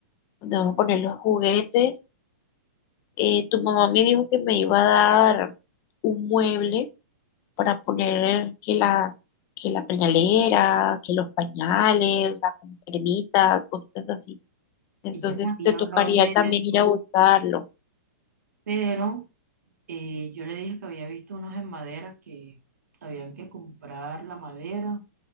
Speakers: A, on the left; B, on the right.
A: tengo que poner los juguetes. Eh, tu mamá me dijo que me iba a dar un mueble para poner que la, que la pañalera, que los pañales, las cremitas, cositas así. Entonces
B: Ella me había
A: te tocaría
B: hablado de
A: también
B: eso,
A: ir a buscarlo.
B: pero eh, yo le dije que había visto unos en madera que habían que comprar la madera,